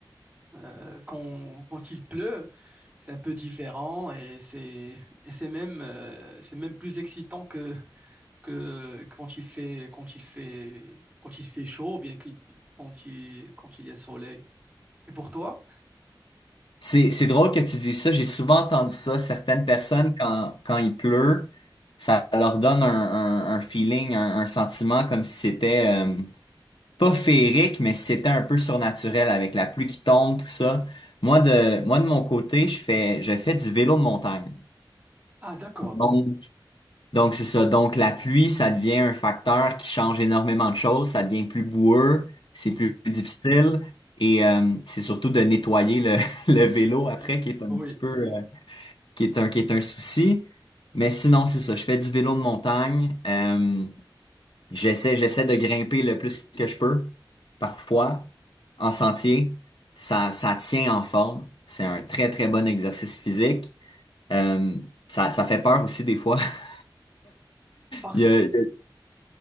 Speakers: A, on the right; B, on the left.
A: euh, quand, quand il pleut. C'est un peu différent et c'est, et c'est même, euh, c'est même plus excitant que que quand il fait quand il fait quand il fait chaud ou bien qu'il- quand il quand il y a soleil. Et pour toi?
B: C'est, c'est drôle que tu dis ça. J'ai souvent entendu ça. Certaines personnes, quand, quand il pleut, ça leur donne un, un, un feeling, un, un sentiment comme si c'était euh, pas féerique, mais si c'était un peu surnaturel avec la pluie qui tombe, tout ça. Moi, de, moi, de mon côté, je fais, je fais du vélo de montagne.
A: Ah d'accord,
B: Donc,
A: donc
B: donc c'est ça. Donc, la pluie, ça devient un facteur qui change énormément de choses. Ça devient plus boueux, c'est
A: <laughs>
B: plus difficile. Et euh, c'est surtout de nettoyer le, <laughs> le vélo après
A: Euh,
B: qui est un
A: oui,
B: petit peu... euh, qui est un, qui est un souci. Mais sinon, c'est ça. Je fais du vélo de montagne. Euh, j'essaie, j'essaie de grimper le plus que je peux. Parfois, en sentier, ça, ça tient en forme. C'est un très, très bon exercice physique. Euh, ça, ça fait peur aussi des fois. <laughs>
A: parfait.
B: Il y a- il y